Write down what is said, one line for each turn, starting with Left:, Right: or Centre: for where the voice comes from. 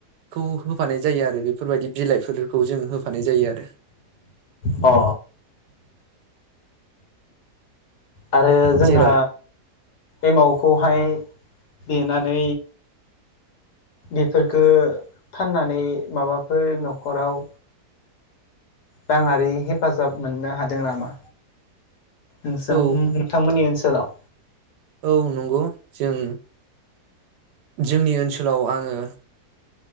Right: खौ होफानाय जायो आरो बेफोर बायदि बिलाइ फोरखौ जों होफानाय जायो आरो।
Left: अ आरो जोंहा
Right: जेराव
Left: एमाव खौहाय देनानै बेफोर फोरखो फाननानै माबा फोर न'खराव राङारि हेफाजाब मोननो हादों नामा? नोंसां
Right: औ
Left: होम नोंथांमोननि ओनसो सोलाव।
Right: औ नंगौ जों जोंनि ओनसोलाव आङो